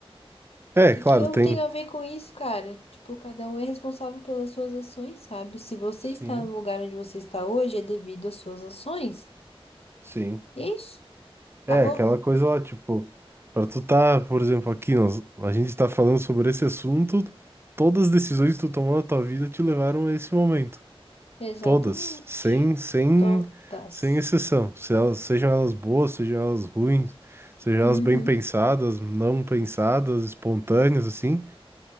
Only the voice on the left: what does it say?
que
que eu
tenho a ver com isso, cara? Tipo, cada um é responsável pelas suas ações, sabe? Se você
está no lugar onde você está hoje, é devido às suas ações.
E é isso. Acabou?
Exatamente.
Todas.
Uhum.